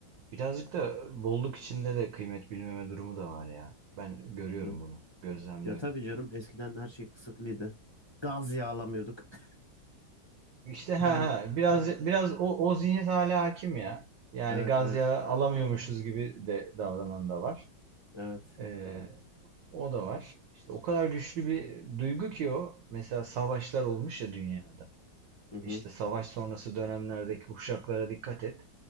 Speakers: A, on the right; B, on the left.
A: birazcık da bolluk içinde de kıymet bilmeme durumu da var ya. Ben görüyorum
B: Hı hı.
A: bunu, gözlemliyorum.
B: Ya tabii canım eskiden her şey kısıtlıydı. Gaz yağlamıyorduk. <laughs>
A: İşte ha
B: Yani
A: ha biraz biraz o o zihniyet hala hakim ya. Yani
B: evet
A: gaz
B: evet
A: yağı alamıyormuşuz gibi de davranan da var.
B: evet.
A: Ee, o da var. İşte o kadar güçlü bir duygu ki o. Mesela savaşlar olmuş ya dünyada.
B: Hı hı.
A: İşte savaş sonrası dönemlerdeki kuşaklara dikkat et.